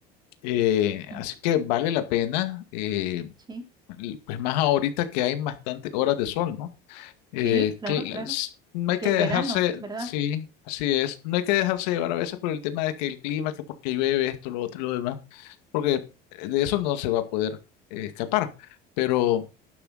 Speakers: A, on the left; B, on the right.
A: Eh,
B: ujú,
A: así que vale la pena, eh,
B: Sí,
A: l- pues más ahorita que hay bastantes horas de sol, ¿no? Eh,
B: sí, claro,
A: cl-
B: claro.
A: s- no hay
B: que
A: que
B: es
A: dejarse,
B: verano, ¿verdad?
A: sí, así es, no hay que dejarse llevar a veces por el tema de que el clima, que porque llueve esto, lo otro y lo demás, porque eh, de eso no se va a poder eh, escapar. Pero